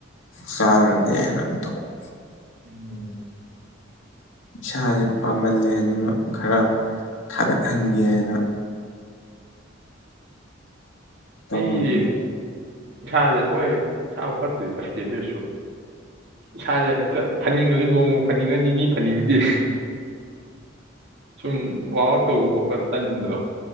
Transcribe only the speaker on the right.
ꯎꯝ
ꯑꯩꯗꯤ ꯏꯁꯥꯁꯦ ꯍꯣꯏ ꯏꯁꯥꯕꯨ ꯐꯠꯇꯨꯗꯤ ꯐꯠꯇꯦ ꯑꯗꯨꯏꯁꯨ ꯏꯁꯥꯁꯦ ꯍꯦꯛꯇ ꯐꯅꯤꯡꯉꯁꯨ ꯅꯣꯡꯃ ꯐꯅꯤꯡꯉ ꯅꯤꯅꯤ ꯐꯅꯤꯡꯗꯤ ꯁꯨꯝ ꯋꯥꯛ ꯑꯥꯎꯠ ꯇꯧꯕ ꯈꯣꯠꯄ ꯇꯟꯕꯗꯣ